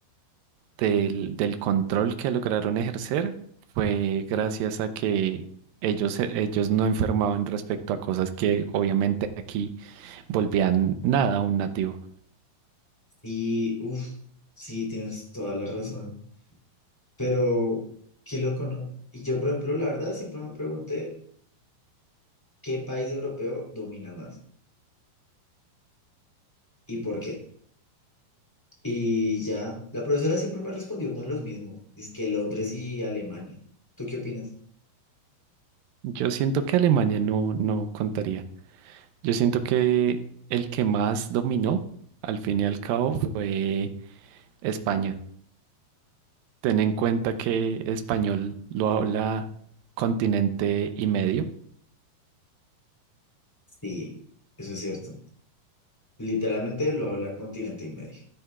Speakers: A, on the right; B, in the centre.
A: del, del control que lograron ejercer fue gracias a que ellos, ellos no enfermaban respecto a cosas que obviamente aquí volvían nada a un nativo.
B: Y, uff, sí, tienes toda la razón. Pero, qué loco, ¿no? Y yo, por ejemplo, la verdad, siempre me pregunté qué país europeo domina más y por qué. Y ya, la profesora siempre me respondió con los mismos, que Londres y Alemania. ¿Tú qué opinas?
A: Yo siento que Alemania no, no contaría. Yo siento que el que más dominó, al fin y al cabo, fue España. Ten en cuenta que español lo habla continente y medio.
B: Sí, eso es cierto. Literalmente lo habla continente y medio.